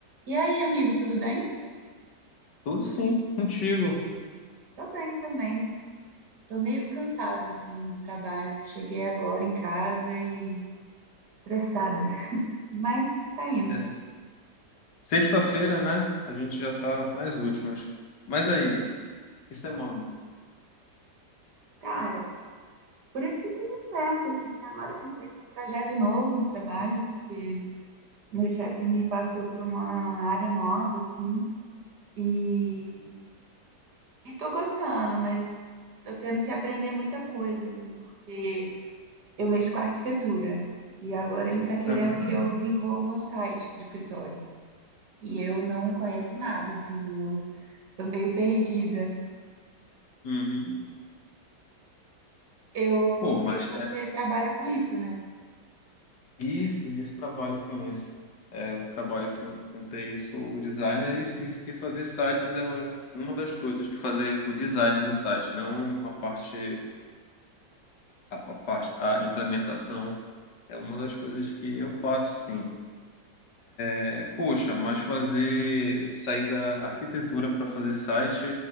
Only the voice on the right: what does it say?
E aí, amigo, tudo bem?
Tô bem também. Tô meio cansada, assim, do trabalho. Cheguei agora em casa e... Estressada. Mas tá indo.
Cara, por aqui tudo certo, assim. Agora eu entrei num Projeto novo no trabalho, que meu chefe me passou para uma área nova, assim, e... e tô gostando, mas tô tendo que aprender muita coisa, assim, porque eu mexo com arquitetura e agora ele tá querendo
que eu desenvolva um site para o escritório. E eu não conheço nada, assim, eu tô meio perdida.
Eu ouvi
dizer
que você
trabalha com isso, né?